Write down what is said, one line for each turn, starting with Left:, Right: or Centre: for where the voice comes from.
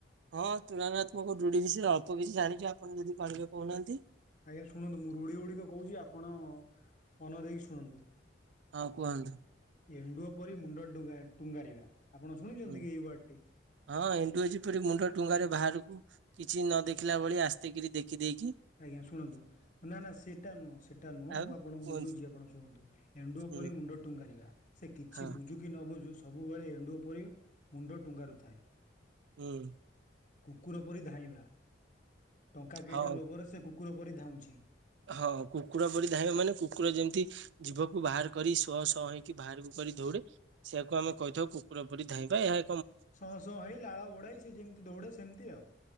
Right: ହଁ ତୁଳନାତ୍ମକ ରୃଢି ବିଷୟରେ ଅଳ୍ପ କିଛି ଜାଣିଛ ଆପଣ ଯଦି କହିବେ କହୁନାହାନ୍ତି।
Left: ଆଜ୍ଞା ଶୁଣନ୍ତୁ ମୁଁ ରୂଢି ଗୁଡିକ କହୁଛି ଆପଣ ମନ ଦେଇକି ଶୁଣନ୍ତୁ
Right: ହଁ କୁହନ୍ତୁ।
Left: ଏଣ୍ଡୁଅ ପରି ମୁଣ୍ଡ ଟୁଙ୍ଗାରିବା ଆପଣ ଶୁଣିଛନ୍ତି
Right: ହୁଁ
Left: କି ଏଇ ୱାର୍ଡଟି?
Right: ହଁ ଏଣ୍ଡୁ ଏ ଯେପରି ମୁଣ୍ଡ ଡୁଙ୍ଗାରେ ବାହାରକୁ କିଛି ନ ଦେଖିଲା ଭଳି ଆସ୍ତେକିରି ଦେଖିଦେଇକି?
Left: ଆଜ୍ଞା ଶୁଣନ୍ତୁ ନା ନା ସେଟା ନୁହଁ ସେଟା ନୁହଁ
Right: ଆଉ
Left: ମୁଁ ଆପଣଙ୍କୁ
Right: କୁହନ୍ତୁ
Left: ବୁଝୁଛି ଆପଣ ଶୁଣନ୍ତୁ। ଏଣ୍ଡୁଅ
Right: ହୁଁ
Left: ପରି ମୁଣ୍ଡ ଟୁଙ୍ଗାରିବା ସେ କିଛି
Right: ହଁ
Left: ବୁଝୁ କି ନ ବୁଝୁ ସବୁବେଳେ ଏଣ୍ଡୁ ପରି ମୁଣ୍ଡ ଟୁଙ୍ଗାରୁଥାଏ।
Right: ହୁଁ
Left: କୁକୁର ପରି ଧାଇଁବା ଟଙ୍କା କେଇଟା
Right: ହଁ
Left: ଲୋଭରେ ସେ କୁକୁର ପରି ଧାଉଁଛି।
Right: ହଁ କୁକୁର ପରି ଧାଇଁବା ମାନେ କୁକୁର ଯେମିତି ଜୀଭକୁ ବାହାର କରି ଶହ ଶହ ହେଇକି ବାହାରକୁ କରି ଦୌଡେ। ସେଇଆକୁ ଆମେ କହିଥାଉ, କୁକୁର ପରି ଧାଇଁବା। ଏହ
Left: ସଁ, ସଁ ହେଇ ଲାଳ ଗୋଡାଇ ସେ ଯେମିତି ଦୌଡେ ସେମିତି ଆଉ।